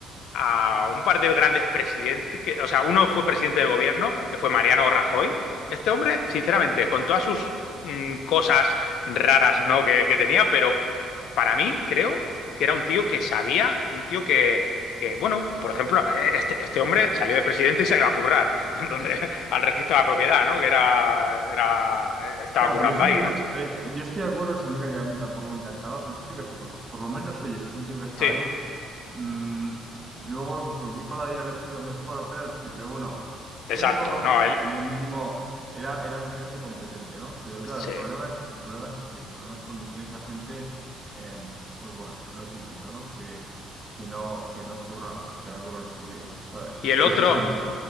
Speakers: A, on the left (about 65°); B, on the right (about 30°).
A: a un par de grandes presidentes, que, o sea, uno fue presidente del gobierno, que fue Mariano Rajoy. Este hombre, sinceramente, con todas sus mm, cosas raras, ¿no? que, que tenía, pero para mí creo que era un tío que sabía, un tío que, que, bueno, por ejemplo, eh, este, este hombre salió de presidente y se iba a currar, <laughs> donde, al registro de la propiedad, ¿no? Que era, era, estaba
B: Claro,
A: currando
B: pero es un
A: ahí,
B: tío que
A: ¿no?
B: ha hecho. eh, eh, yo estoy de acuerdo, o sea, mira que a mí tampoco me encantaba, pero es un tío que ha hecho cosas. Por lo menos, oye, es un tío que está
A: Sí,
B: ahí. Mm, luego que su equipo lo haya elegido mejor o peor, sí, pero bueno,
A: exacto,
B: él por lo menos
A: no, él,
B: tenía un mínimo, era, era mínimamente competente, ¿no? Pero claro,
A: sí.
B: el problema es, el problema es ese, el problema es cuando tienes a gente, em, pues bueno, lo típico, ¿no? Que, que no, que no curra, o sea, que no curra en su vida, ¿sabes?
A: Y
B: Es
A: el
B: que
A: otro...
B: ese es el...